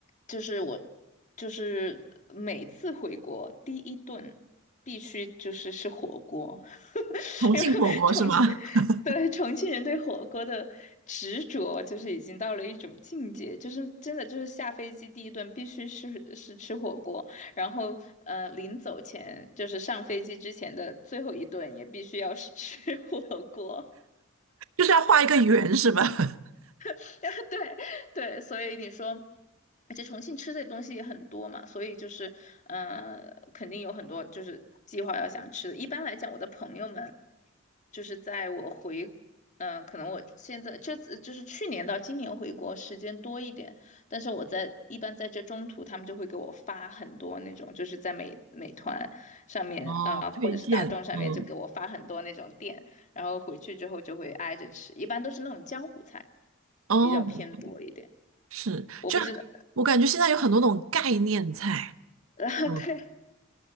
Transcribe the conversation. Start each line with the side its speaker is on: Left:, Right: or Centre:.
Left: 就是我，就是每次回国第一顿必须就是吃火锅，<laughs>
Right: 重庆火锅是吗？
Left: 因为重庆，
Right: <laughs>
Left: 对重庆人对火锅的执着就是已经到了一种境界，就是真的就是下飞机第一顿必须是是吃火锅，然后呃临走前就是上飞机之前的最后一顿也必须要是吃 <laughs> 火锅。
Right: 就是要画一个圆是吧？<laughs>
Left: <laughs> 对对，所以你说，而且重庆吃的东西也很多嘛，所以就是，呃，肯定有很多就是计划要想吃的。一般来讲，我的朋友们就是在我回，嗯、呃可能我现在这次就是去年到今年回国时间多一点，但是我在一般在这中途，他们就会给我发很多那种，就是在美美团上面啊、
Right: 哦，
Left: 呃或者是大众上面就给我发很多那种店。
Right: 推荐，嗯，
Left: 然后回去之后就会挨着吃，一般都是那种江湖菜，
Right: 哦，
Left: 比较偏多一点。
Right: 是，
Left: 我不知道，
Right: 就我感觉现在有很多那种概念菜，
Left: <laughs> 然后对
Right: 嗯，